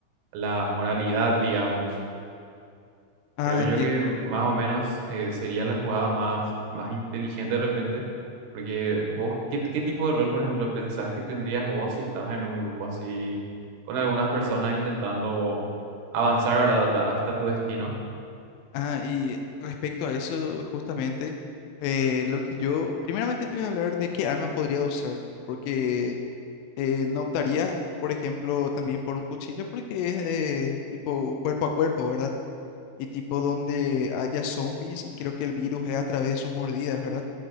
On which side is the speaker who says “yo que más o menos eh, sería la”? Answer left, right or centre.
Right